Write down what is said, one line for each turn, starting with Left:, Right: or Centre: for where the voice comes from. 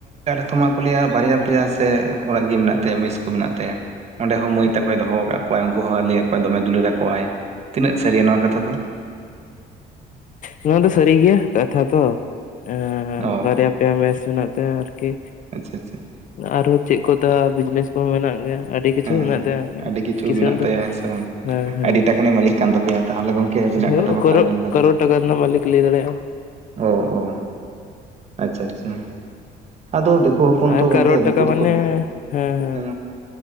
Right: <unintelligible> ᱠᱚ ᱞᱟᱹᱭᱟ ᱵᱟᱨᱭᱟ ᱯᱮᱭᱟ ᱥᱮ ᱚᱲᱮᱡ ᱜᱮ ᱢᱮᱱᱟᱜ ᱛᱟᱭᱟ ᱢᱮᱥ ᱠᱚ ᱢᱮᱱᱟᱜ ᱛᱟᱭᱟ᱾ ᱚᱸᱰᱮ ᱦᱚᱸ ᱢᱟᱹᱭ ᱛᱟᱠᱚᱭ ᱫᱚᱦᱚᱣ ᱠᱟᱜ ᱠᱚᱣᱟᱭ ᱩᱝᱠᱩ ᱦᱚᱸ ᱞᱟᱹᱭ ᱟᱠᱚ ᱫᱚᱢᱮ ᱫᱩᱞᱟᱹᱲ ᱟᱠᱚᱣᱟᱭ ᱛᱤᱱᱟᱹᱜ ᱥᱟᱹᱨᱤᱭᱟ ᱱᱚᱣᱟ ᱠᱟᱛᱷᱟ ᱫᱚ᱾
Left: ᱱᱚᱶᱟ ᱫᱚ ᱥᱟᱹᱨᱤ ᱜᱮᱭᱟ ᱠᱟᱛᱷᱟ ᱛᱚ᱾ ᱮᱸᱻ
Right: ᱚ
Left: ᱵᱟᱨᱭᱟ ᱯᱮᱭᱟ ᱢᱮᱥ ᱢᱮᱱᱟᱜ ᱛᱟᱭᱟ ᱟᱨᱠᱤ᱾
Right: ᱟᱪᱪᱷᱟ ᱟᱪᱪᱷᱟ
Left: ᱟᱨᱦᱚᱸ ᱪᱮᱫ ᱠᱚᱛᱟ ᱵᱤᱡᱽᱱᱮᱥ ᱠᱚᱦᱚᱸ ᱢᱮᱱᱟᱜ ᱜᱮᱭᱟ᱾ ᱟᱹᱰᱤ ᱠᱤᱪᱷᱩ
Right: ᱦᱮᱸ
Left: ᱢᱮᱱᱟᱜ
Right: ᱦᱮᱸ
Left: ᱛᱟᱭᱟ
Right: ᱟᱹᱰᱤ ᱠᱤᱪᱷᱩ
Left: ᱠᱤᱥᱟᱹᱬ
Right: ᱢᱮᱱᱟᱜ
Left: ᱫᱚ
Right: ᱛᱟᱭᱟ ᱦᱮᱸ ᱥᱮ ᱵᱟᱝ
Left: ᱦᱮᱸ ᱦᱮᱸ
Right: ᱟᱹᱰᱤ ᱴᱟᱠᱟᱱᱤ ᱢᱟᱹᱞᱤᱠ ᱠᱟᱱ ᱛᱟᱯᱮᱭᱟ ᱛᱟᱦᱚᱞᱮ ᱜᱚᱝᱠᱮ ᱟᱹᱵᱤᱱᱟᱜ
Left: ᱦᱳ
Right: ᱠᱟᱛᱷᱟ ᱵᱟᱨᱛᱟ ᱟᱸᱡᱚᱢ ᱠᱟᱛᱮᱫ
Left: <unintelligible> <unintelligible> ᱢᱟᱞᱤᱠ ᱞᱟᱹᱭ ᱫᱟᱲᱮᱭᱟᱜᱼᱟ᱾
Right: ᱚ ᱚ ᱟᱪᱪᱷᱟ ᱟᱪᱪᱷᱟ, ᱟᱫᱚ ᱫᱤᱠᱩ ᱦᱚᱯᱚᱱ ᱛᱚ
Left: ᱟᱨ
Right: ᱜᱚᱝᱠᱮ
Left: ᱠᱟᱨᱳᱲ
Right: ᱩᱱᱠᱩ
Left: ᱴᱟᱠᱟ
Right: ᱫᱚᱠᱚ
Left: ᱢᱟᱱᱮ
Right: <inaudible>
Left: ᱦᱮᱸ ᱦᱮᱸ
Right: ᱦᱮ